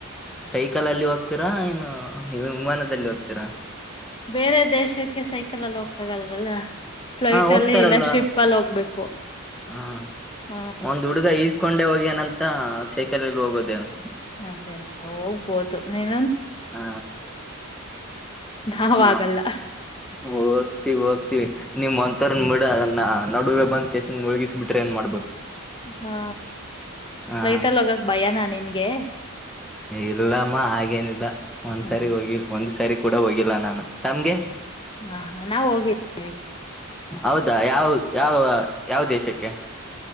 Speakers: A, in the centre; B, on the left.
A: ಸೈಕಲ್ ಅಲ್ಲಿ ಹೋಗ್ತೀರಾ ಏನು ನೀವ್ ವಿಮಾನದಲ್ಲಿ ಹೋಗ್ತೀರಾ
B: ಬೇರೆ ದೇಶಕ್ಕೆ ಸೈಕಲ್ಲ್ಲ ಹಕ್ಕ ಆಗಲ್ಲ ಅಲ್ಲ ಫ್ಲೈಟ್
A: ಹೋಗ್ತಾರಲ್ಲ
B: ಅಲ್ಲಿೇ ಇಲ್ಲ ಶಿಪ್ ಅಲ್ಲಿ ಹೋಗ್ಬೇಕು
A: ಹಾ
B: ಹ
A: ಒಂದ್ ಹುಡುಗ. ಈಸ್ ಹಕೊಂಡೆ ಹೋಗ್ಯಾನಂತ. ಸೈಕಲ್ ಅಲ್ಲಿ ಹೋಗೋದೇನು,
B: ಅದೇ ಅದೇ ಹೋಗ್ಬೋದು, ನೀನ
A: ಹಾ
B: ನಾವ್
A: ಹ
B: ಆಗಲ್ಲ
A: ಹೋಗ್ತಿವಿ, ಹೋಗ್ತಿವಿ ನಿ. ಮ್ಮ ಒಂತರನ್ ಬಿಡ ಅದ ನಾ ನಡುವೆ ಬಂದ್ ಕೇಸಿಂದ್ ಮುಣುಗಿಸಿ ಬಿಟ್ರೆ ಏನ್ ಮಾಡ್ಬೇಕ.
B: ಹಾ
A: ಹಾ
B: ಫ್ಲೈಟ್ ಅಲ್ಲಿ ಹೋಗಕ್ ಭಯನಾ ನಿನ್ಗೆ
A: ಇಲ್ಲಮ್ಮ ಹಾಗೇನಿಲ್ಲ. ಒಂದ್ಸರಿ
B: ಹ
A: ಹೋಗಿವಿ. ಒನ್ ಒಂದ್ಸರಿ ಕೂಡ ಹೋಗಿಲ್ಲ ನಾನು. ತಮ್ಗೆ
B: ಹ ಹಾ ನಾವವು ಹೋಗಿದೀವಿ.
A: ಹೌದಾ ಯಾವ ಯಾವ ಯಾವ ದೇಶಕ್ಕೆ.